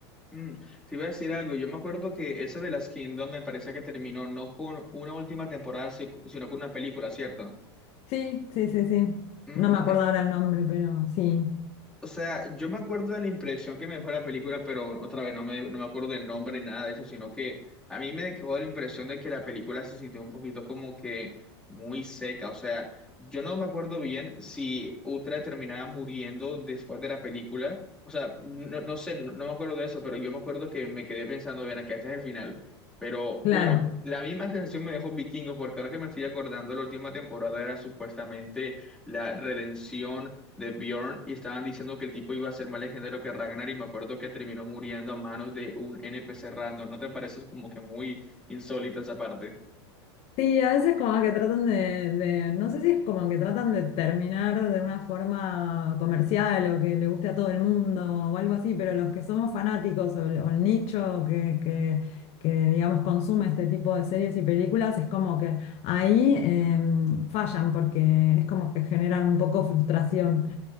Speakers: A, in the centre; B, on the left (about 45°).
A: Mm, Te iba a decir algo, yo me acuerdo que esa de las Kingdoms me parece que terminó no con una última temporada, si- sino con una película, ¿cierto?
B: Sí, sí, sí, sí.
A: Mm,
B: No me acuerdo ahora el nombre, pero sí,
A: O sea, yo me acuerdo de la impresión que me dejó la película, pero otra vez no me, no me acuerdo del nombre ni nada de eso, sino que a mí me dejó la impresión de que la película se sintió un poquito como que muy seca. O sea, yo no me acuerdo bien si Uhtred terminaba muriendo después de la película. O sea, no, no sé, no, no me acuerdo de eso, pero yo me acuerdo que me quedé pensando, bien, acá este es el final. Pero
B: claro.
A: bueno, la misma sensación me dejó Vikingos, porque ahora que me estoy acordando, la última temporada era supuestamente la redención de Bjorn y estaban diciendo que el tipo iba a ser más legendario que Ragnar y me acuerdo que terminó muriendo a manos de un NPC random. ¿No te parece como que muy insólito esa parte?
B: Sí, a veces como que tratan de, de- no sé si es como que tratan de terminar de una forma comercial o que le guste a todo el mundo o algo así, pero los que somos fanáticos o el, o el nicho que, que, que, digamos, consume este tipo de series y películas, es como que ahí em, fallan porque es como que generan un poco frustración,